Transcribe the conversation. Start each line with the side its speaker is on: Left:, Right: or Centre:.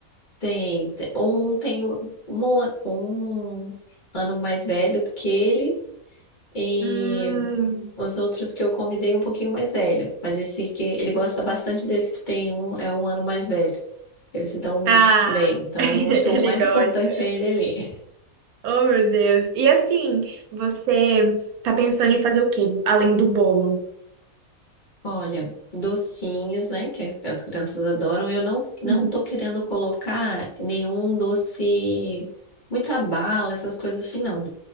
Left: Tem, te- um tem um, um ano mais velho do que ele e
Right: Hum.
Left: os outros que eu convidei um pouquinho mais velho, mas esse que ele gosta bastante desse que tem um é um ano mais velho. Eles se dão
Right: Ah,
Left: bem, então
Right: <laughs> ele
Left: acho que o mais
Right: gosta.
Left: importante é ele ali.
Right: Oh, meu Deus. E assim, você tá pensando em fazer o quê, além do bolo?
Left: Olha, docinhos, né, que as crianças adoram. Eu não não
Right: Uhum.
Left: tô querendo colocar nenhum doce, muita bala, essas coisas assim, não,